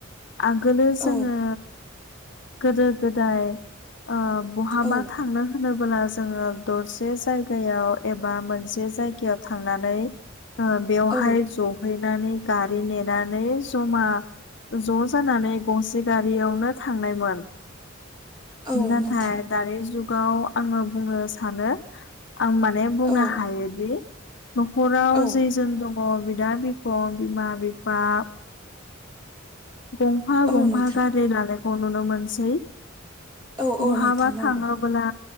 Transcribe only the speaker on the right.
औ
औ
औ
औ
नोंथां
औ
औ
औ
नोंथां
औ औ
नोंथां नंगौ